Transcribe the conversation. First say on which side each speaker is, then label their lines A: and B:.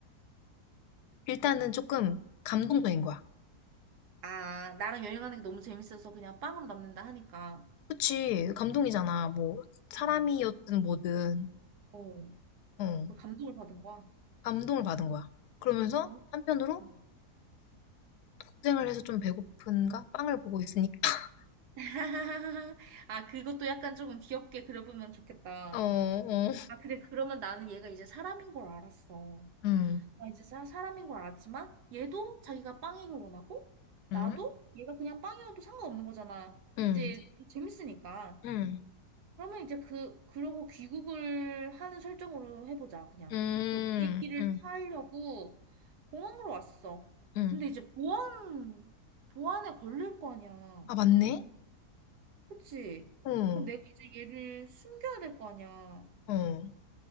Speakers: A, on the left; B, on the right.
A: 일단은 조금 감동적인 거야.
B: 아, 나랑 여행하는 게 너무 재밌어서 그냥 빵으로 남는다 하니까.
A: 그치, 감동이잖아. 뭐, 사람이었든
B: 어,
A: 뭐든,
B: 어.
A: 어,
B: 그리고 감동을 받은 거야.
A: 감동을 받은 거야. 그러면서
B: 어?
A: 한편으로
B: 음.
A: 고생을 해서 좀 배고픈가? 빵을 보고 있으니까. <laughs>
B: <laughs> 아, 그것도 약간 조금 귀엽게 그려보면 좋겠다.
A: 어, 어,
B: 아, 그래. 그러면 나는 얘가 이제 사람인 걸 알았어.
A: 음,
B: 아, 이제 사- 사람인 걸 알았지만 얘도 자기가 빵이길 원하고
A: 음,
B: 나도 얘가 그냥 빵이어도 상관없는 거잖아.
A: 음,
B: 이제 재밌으니까.
A: 음,
B: 그러면 이제 그 그러고 귀국을 하는 설정으로 해보자 그냥.
A: 음,
B: 그럼 비행기를
A: 음,
B: 타려고 공항으로 왔어.
A: 음.
B: 근데 이제 보안 보안에 걸릴 거 아니야.
A: 아, 맞네?
B: 그치?
A: 어,
B: 그럼 내가 이제 얘를 숨겨야 될 거 아니야.
A: 어.